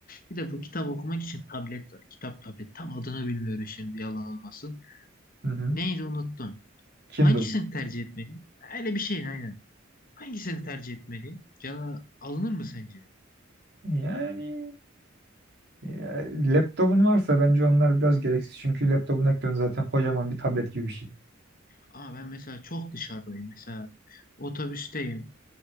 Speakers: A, on the left; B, on the right.
A: Bir de bu kitap okumak için tablet var. Kitap tablet. Tam adını bilmiyorum şimdi yalan olmasın.
B: Hı hı.
A: Neydi unuttum.
B: Kindle.
A: Hangisini tercih etmeliyim? Öyle bir şey aynen. Hangisini tercih etmeliyim? Cana alınır mı sence?
B: Yani ya, laptopun varsa bence onlar biraz gereksiz. Çünkü laptopun ekranı zaten kocaman bir tablet gibi bir şey.
A: Ama ben mesela çok dışarıdayım. Mesela otobüsteyim.